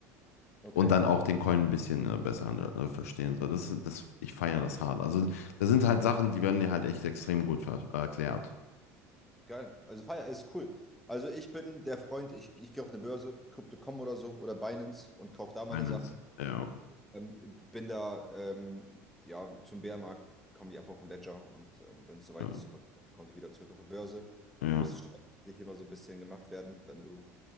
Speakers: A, in the centre; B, on the left.
A: ich. Okay,
B: Und dann auch den Coin ein bisschen äh, besser an, äh, verstehen. So, das, das, ich feiere das hart. Also, das sind halt Sachen, die werden dir halt echt extrem gut ver- äh, erklärt.
A: geil. Also Fire ist cool. Also ich bin der Freund, ich, ich gehe auf eine Börse, Crypto.com oder so oder Binance und kaufe da meine
B: Finance.
A: Sachen.
B: Ja, okay.
A: Ähm, bin da, ähm, ja, zum Bärenmarkt kommen die ab auf den Ledger und ähm, wenn es soweit
B: Ja,
A: ist zu verkaufen, kommen sie wieder zurück auf die Börse.
B: ja,
A: Muss steuerlich immer so ein bisschen gemacht werden. Wenn du,